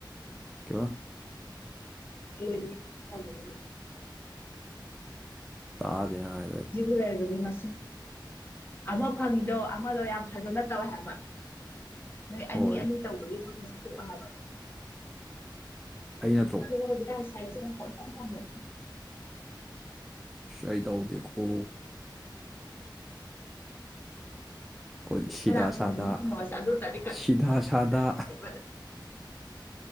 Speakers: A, in the centre; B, on the left.
A: ꯀꯩꯕ
B: <unintelligible>
A: ꯇꯥꯗꯦ ꯅꯪ ꯍꯥꯏꯗꯣ ꯑꯩ
B: ꯖꯤꯕꯨ ꯂꯩꯔꯕꯗꯤ ꯃꯁꯤꯡ ꯑꯃ ꯐꯪꯉꯤꯗꯣ ꯑꯃꯗꯣ ꯌꯥꯝ ꯐꯖꯅ ꯇꯧꯋꯦ ꯍꯥꯏꯕ ꯅꯣꯏ
A: ꯍꯣꯏ
B: ꯑꯅꯤ-ꯑꯅꯤ ꯇꯧꯕꯒꯤ ꯊꯕꯛꯁꯦ ꯇ‌ꯣꯛꯑꯣ ꯍꯥꯏꯕ
A: ꯑꯩ ꯅꯠꯇ꯭ꯔꯣ
B: ꯈꯪꯗ‌ꯦꯗ ꯍꯧꯖꯤꯛꯀꯟ ꯁꯥꯏꯆꯤꯛꯅ ꯄꯪꯊꯝ ꯊꯝꯕꯅꯤ
A: ꯑꯩ ꯇꯧꯗꯦꯀꯣ ꯑꯩꯈꯣꯏꯗꯤ ꯁꯤꯗꯥ
B: <inaudible>
A: ꯁꯥꯗꯥ ꯁꯤꯗꯥ ꯁꯥꯗꯥ